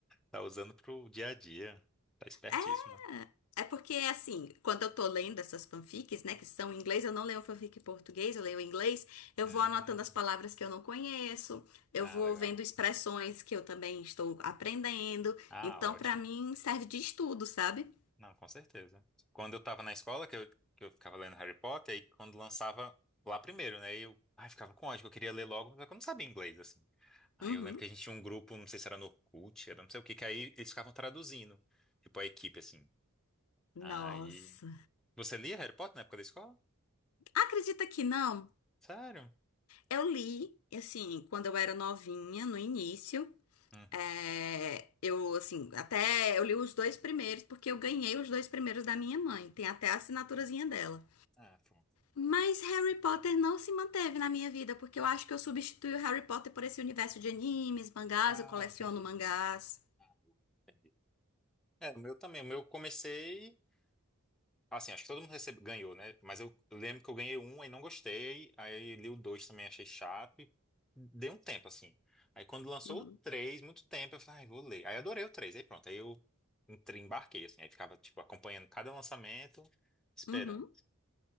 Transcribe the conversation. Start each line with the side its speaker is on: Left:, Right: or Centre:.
Centre: Tá usando pro dia a dia. Tá espertíssimo.
Left: É, É porque, assim, quando eu tô lendo essas fanfics, né, que são em inglês, eu não leio fanfic em português, eu leio em inglês, eu
Centre: Hum,
Left: vou anotando as palavras que eu não conheço, eu
Centre: ah,
Left: vou
Centre: legal.
Left: vendo expressões que eu também estou aprendendo.
Centre: Ah,
Left: Então,
Centre: ótimo.
Left: pra mim, serve de estudo, sabe?
Centre: Não, com certeza. Quando eu tava na escola, que eu, que eu ficava lendo Harry Potter, aí quando lançava lá primeiro, né? Eu, ai, ficava com ódio, que eu queria ler logo, mas eu não sabia inglês, assim. Aí
Left: Uhum.
Centre: eu lembro que a gente tinha um grupo, não sei se era no Orkut, era não sei o que, que aí eles ficavam traduzindo, tipo a equipe, assim.
Left: Nossa.
Centre: Aí. Você lia Harry Potter na época da escola?
Left: Acredita que não?
Centre: Sério?
Left: Eu li, assim, quando eu era novinha, no início.
Centre: Uhum.
Left: é, eu, assim, até eu li os dois primeiros, porque eu ganhei os dois primeiros da minha mãe. Tem até a assinaturazinha dela.
Centre: Ah, pô.
Left: Mas Harry Potter não se manteve na minha vida, porque eu acho que eu substituí o Harry Potter por esse universo de animes, mangás,
Centre: Ah,
Left: eu coleciono
Centre: entendi.
Left: mangás.
Centre: Ah, entendi. É, o meu também. O meu eu comecei. Assim, acho que todo mundo recebe, ganhou, né? Mas eu lembro que eu ganhei um e não gostei. Aí li o dois também, achei chato. E dei um tempo, assim. Aí quando lançou
Left: Uhum.
Centre: o três, muito tempo, eu falei, ai, vou ler. Aí adorei o três. Aí pronto, aí eu entrei, embarquei, assim. Aí ficava, tipo, acompanhando cada lançamento, esperando.
Left: Uhum.